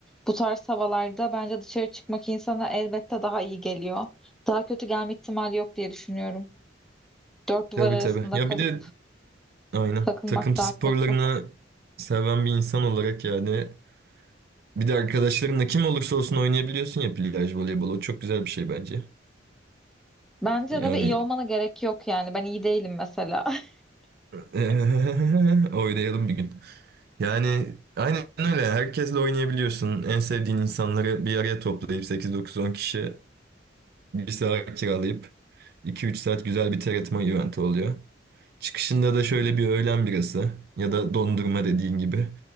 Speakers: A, in the centre; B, on the right (about 55°).
A: bu tarz havalarda bence dışarı çıkmak insana elbette daha iyi geliyor. Daha kötü gelme ihtimali yok diye düşünüyorum. Dört duvar
B: Tabii
A: arasında
B: tabii. Ya
A: kalıp
B: bir de aynen
A: takılmak
B: takım sporlarını
A: daha kötü.
B: seven bir insan olarak yani bir de arkadaşlarınla kim olursa olsun oynayabiliyorsun ya plaj voleybolu. O çok güzel bir şey bence.
A: Bence
B: Yani
A: de ve iyi olmana gerek yok yani. Ben iyi değilim mesela. <laughs>
B: <laughs> oynayalım bir gün. Yani aynen öyle. Herkesle oynayabiliyorsun. En sevdiğin insanları bir araya toplayıp sekiz dokuz on kişi bir saat kiralayıp iki üç saat güzel bir terletme eventi oluyor. Çıkışında da şöyle bir öğlen birası ya da dondurma dediğin gibi.